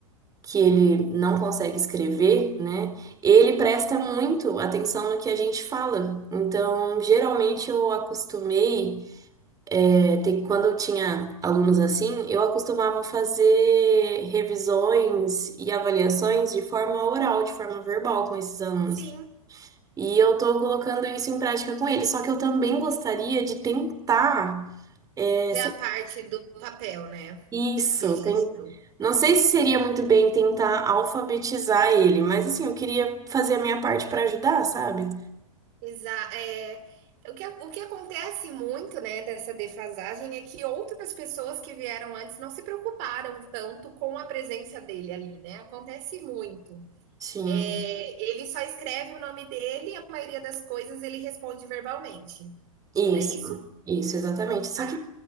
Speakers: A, on the right; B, on the right.
A: que ele não consegue escrever, né? Ele presta muito atenção no que a gente fala. Então, geralmente eu acostumei, é, ter- quando eu tinha alunos assim, eu acostumava fazer revisões e avaliações de forma oral, de forma verbal com esses alunos.
B: Sim.
A: E eu tô colocando isso em prática com eles, só que eu também gostaria de tentar é,
B: Tem a parte do papel, né?
A: Isso,
B: Registro.
A: tem. Não sei se seria muito bem tentar alfabetizar ele, mas assim, eu queria fazer a minha parte para ajudar, sabe?
B: Exa é, o que, o que acontece muito, né, dessa defasagem é que outras pessoas que vieram antes não se preocuparam tanto com a presença dele ali, né? Acontece muito.
A: Sim,
B: É, ele só escreve o nome dele e a maioria das coisas ele responde verbalmente.
A: isso,
B: É isso?
A: isso, exatamente. Só
B: Tá.
A: que,